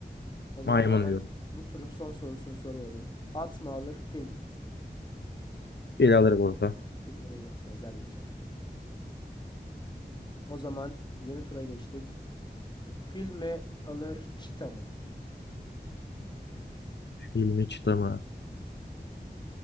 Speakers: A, on the left (about 25°); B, on the left (about 85°).
A: O zaman
B: Maymun
A: hemen
B: diyorum.
A: bu turun son sorusunu soruyorum. At mı alır fil mi?
B: Fil alır burada.
A: Fil burayı ezer geçer. O zaman yeni tura geçtik. Fil mi alır, çita mı?
B: Fil mi çita mı?
A: Hmm,